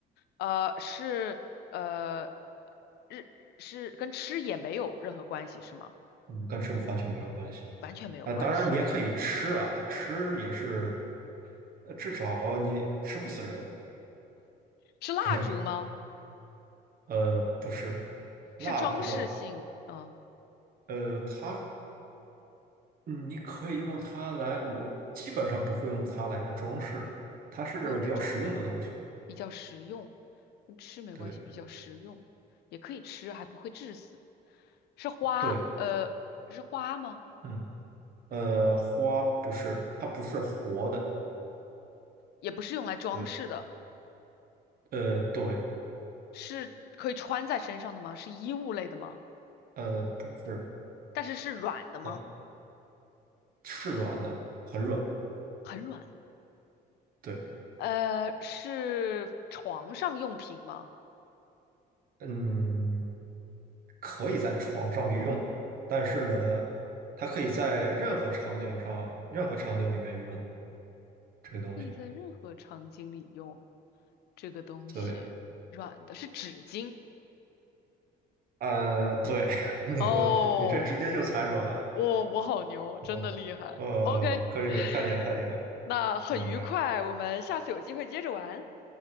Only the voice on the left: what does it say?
呃，是，呃，日是跟吃也没有任何关系，是吗？
完全没有关系。
是蜡烛吗？
是装饰性啊，
不会用来装饰，比较实用，跟吃没关系，
比较实用，也可以吃，还不会致死。是花，
呃，是花吗？
也不是用来装饰的，
是可以穿在身上的吗？是衣物类的吗？
但是是软的吗？
很软。
呃，是床上用品吗？
可以在任何场景里用这个东西，
软的是纸巾
哦。我我好牛，
真的厉害。
OK，
<laughs>
那很愉快，
我们下次有机会接着玩。